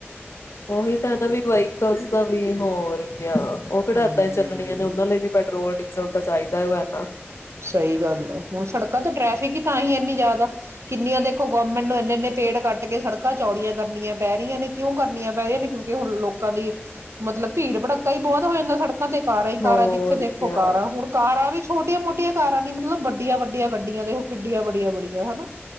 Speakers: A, on the left (about 80°); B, on the right (about 80°).
A: ਉਹੀ ਤਾਂ ਹੈ ਨਾ ਵੀ ਵਹੀਕਲ ਦਾ ਵੀ, ਹੋਰ ਗਿਆ ਉਹ ਕੇੜਾ
B: ਹਮ
A: ਏਦਾਂ ਹੀ ਚੱਲਣੀਆਂ ਨੇ, ਉਹਨਾਂ ਲਈ ਵੀ ਪੈਟਰੋਲ ਡੀਜ਼ਲ ਤਾਂ ਚਾਹੀਦਾ ਵਾ ਨਾ।
B: ਸਹੀ ਗੱਲ ਹੈ ਹੁਣ ਸੜਕਾਂ ਤੇ ਟ੍ਰੈਫਿਕ ਹੀ ਤਾਂ ਹੀ ਇੰਨੀ ਜ਼ਿਆਦਾ, ਕਿੰਨੀਆਂ ਦੇਖੋ ਗਵਰਮੈਂਟ ਨੂੰ ਇੰਨੇ ਇੰਨੇ ਪੇੜ ਕੱਟ ਕੇ ਸੜਕਾਂ ਚੌੜੀਆਂ ਕਰਨੀਆਂ ਪੈ ਰਹੀਆਂ ਨੇ, ਕਿਉਂ ਕਰਨੀਆਂ ਪੈ ਰਹੀਆਂ ਨੇ? ਕਿਉਂਕਿ ਹੁਣ ਲੋਕਾਂ ਦੀ ਮਤਲਬ ਭੀੜ ਭੜੱਕਾ ਹੀ ਬਹੁਤ ਹੋ ਜਾਂਦਾ ਸੜਕ ਦੇਖਾ ਤੇ ਕਾਰਾਂ ਹੀ ਕਾਰਾਂ
A: ਹੋਰ
B: ਜਿੱਥੇ ਦੇਖੋ
A: ਕਿਆ
B: ਕਾਰਾਂ, ਹੁਣ ਕਾਰਾਂ ਵੀ ਛੋਟੀਆਂ ਮੋਟ <unintelligible> ਕਾਰਾਂ ਨ ਮਤਲਬੱਡੀਆਂ ਵੱਡੀਆਂ ਗੱਡੀਆਂ ਤੇ ਉਹ ਕਿੱਡੀਆਂ ਵੱਡੀਆਂ-ਬੜੀਆਂ ਹਨਾ।